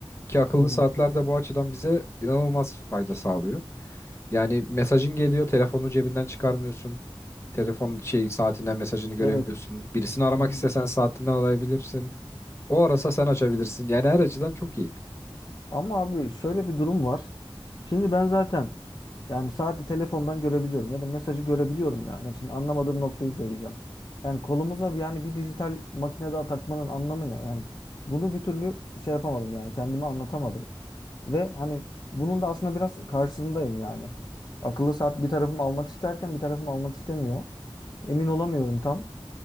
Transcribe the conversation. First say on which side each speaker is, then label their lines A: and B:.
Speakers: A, on the left; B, on the left.
A: Ki akıllı
B: Hı hı.
A: saatler de bu açıdan bize inanılmaz fayda sağlıyor. Yani mesajın geliyor, telefonu cebinden çıkarmıyorsun. Telefon şey saatinden mesajını görebiliyorsun.
B: Evet.
A: Birisini aramak
B: Hı hı.
A: istesen saatinden arayabilirsin. O arasa sen açabilirsin. Yani her açıdan çok iyi.
B: Ama abi şöyle bir durum var. Şimdi ben zaten yani saati telefondan görebiliyorum ya da mesajı görebiliyorum ya. Yani şimdi anlamadığım noktayı söyleyeceğim. Yani kolumuza yani bir dijital makine daha takmanın anlamı ne? Yani bunu bir türlü şey yapamadım yani kendime anlatamadım. Ve hani bunun da aslında biraz karşısındayım yani. Akıllı saat bir tarafım almak isterken bir tarafım almak istemiyor. Emin olamıyorum tam.